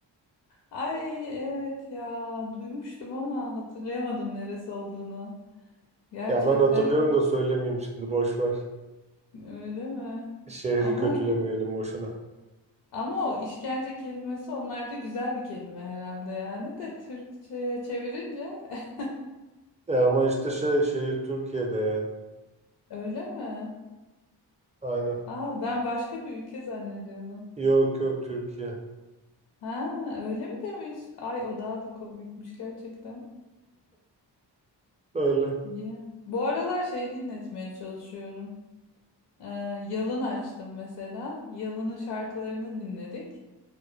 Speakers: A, on the left; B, on the right.
A: Ay evet ya duymuştum ama hatırlayamadım neresi olduğunu. Gerçekten
B: Ya ben hatırlıyorum da söylemeyeyim şimdi boş ver.
A: öyle mi?
B: Şehri
A: Ama
B: kötülemeyelim boşuna.
A: ama o işkence kelimesi onlarda güzel bir kelime herhalde yani de Türkçe'ye çevirince <laughs>
B: E ama işte şey şehir Türkiye'de yani.
A: öyle mi?
B: Aynen.
A: Aa ben başka bir ülke zannediyordum.
B: Yok yok Türkiye.
A: Ha öyle mi demiş? Ay o daha da komikmiş gerçekten.
B: Öyle.
A: Yeah. Bu aralar şey dinletmeye çalışıyorum. Ee, Yalın açtım mesela. Yalın'ın şarkılarını dinledik